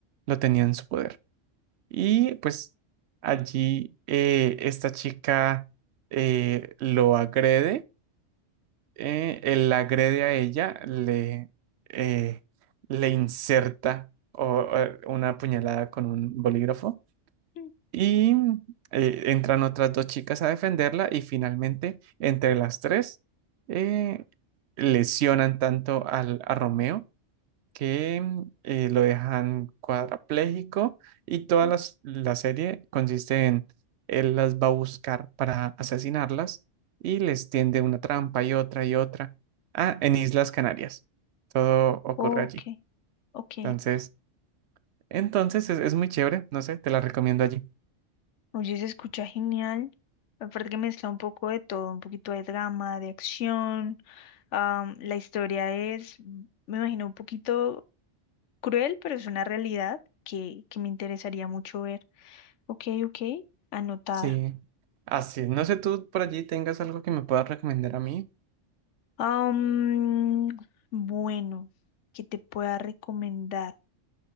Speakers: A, on the right (about 65°); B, on the left (about 75°).
A: lo tenía en su poder. Y pues allí eh, esta chica eh, lo agrede eh, él la agrede a ella, le, eh, le inserta o- o una puñalada con un bolígrafo
B: mm,
A: y eh, entran otras dos chicas a defenderla y finalmente entre las tres eh, lesionan tanto al, a Romeo que mm, eh, lo dejan cuadrapléjico y toda
B: mm,
A: las- la serie consiste en él las va a buscar para asesinarlas y les tiende una trampa y otra y otra. Ah, en Islas Canarias. Todo ocurre
B: Ok,
A: allí.
B: ok.
A: Entonces, entonces es, es muy chévere, no sé, te la recomiendo allí.
B: Oye, se escucha genial. Aparte que mezcla un poco de todo, un poquito de drama, de acción. Am, la historia es, mm, me imagino, un poquito cruel, pero es una realidad que, que me interesaría mucho ver. Ok, ok, anotada.
A: Sí. Así, no sé, tú por allí tengas algo que me puedas recomendar a mí.
B: Am, bueno, que te pueda recomendar.